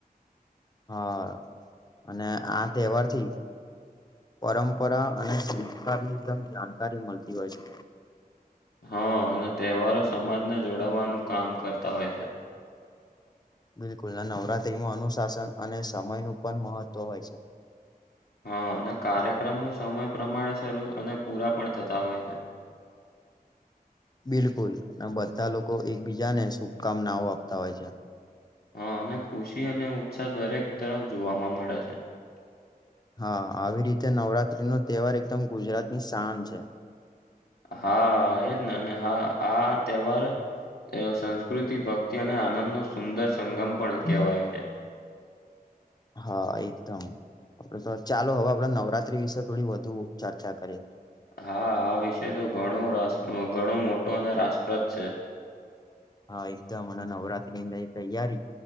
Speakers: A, on the left; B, on the left.
A: હા અને આ તહેવારથી પરંપરા અને સંસ્કાર <inaudible> જાણકારી મલતી હોય છે.
B: હ અને તહેવારો સમાજને જોડાવાનું કામ કરતા હોય છે.
A: બિલકુલ ને નવરાત્રીમાં અનુશાસન અને સમય નું પણ મહત્વ હોય સે.
B: હ અને કાર્યક્રમો સમય પ્રમાણે શરૂ અને પૂરા પણ થતા હોય છે.
A: બિલકુલ ને બધા લોકો એકબીજાને શુભકામનાઓ આપતા હોય છે.
B: હ અને ખુશી અને ઉત્સાહ દરેક તરફ જોવાવામાં મળે છે.
A: હા આવી રીતે નવરાત્રી નો તહેવાર એકદમ ગુજરાત ની સાન છે.
B: હા એ જ ને અને હા આ તહેવાર એ સંસ્કૃતિ ભક્તિ અને આનંદ નો સુંદર સંગમ પણ
A: હમ્મ.
B: કેવાય છે.
A: હા એકદમ, આપડે તો ચાલો હવે આપડે નવરાત્રી વિશે થોડી વધુ ચર્ચા કરીએ.
B: હા, આ વિષય તો ઘણો રસ ઘણો મોટો અને રાસપ્રદ છે.
A: હા એકદમ અને નવરાત્રી દની તૈયારી